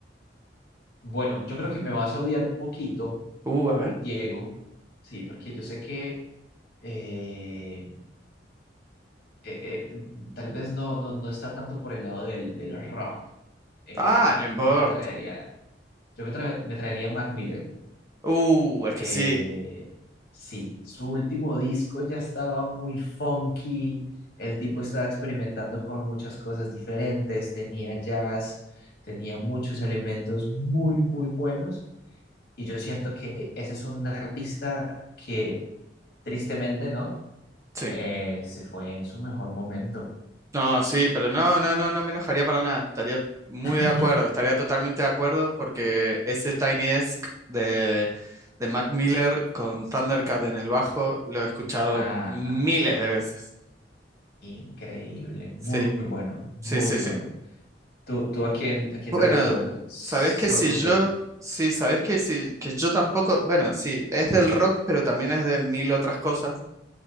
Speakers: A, on the left; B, on the right.
A: Bueno, yo creo que me vas a odiar un poquito,
B: Uh, a ver.
A: Diego. Sí, porque yo sé que eh, eh, eh, tal vez no, no, no está tanto por el lado del, del rock. Eh,
B: Ah, no importa.
A: yo me traería, yo me, tra- me traería Mac Miller.
B: Uh, es que
A: Eh,
B: sí,
A: sí, su último disco ya estaba muy funky, el tipo estaba experimentando con muchas cosas diferentes, tenía jazz, tenía muchos elementos muy, muy buenos, y yo siento que ese es un artista que tristemente, ¿no?
B: sí.
A: Eh, se fue en su mejor momento.
B: No, sí, pero no, no, no, no me enojaría para nada. Estaría muy
A: <laughs>
B: de acuerdo, estaría totalmente de acuerdo porque ese Tiny Desk de, de Mac Miller con Thundercat en el bajo lo he escuchado
A: Ah,
B: miles de veces.
A: increíble, muy,
B: Sí,
A: muy bueno, muy,
B: sí, sí,
A: muy
B: sí.
A: bueno. ¿Tú, tú a quién, a quién
B: Bueno,
A: traerías de vuelta? Solo
B: sabes que si
A: por un show.
B: yo, sí, sabes que si, que yo tampoco, bueno, sí, es del rock, pero también es de mil otras cosas,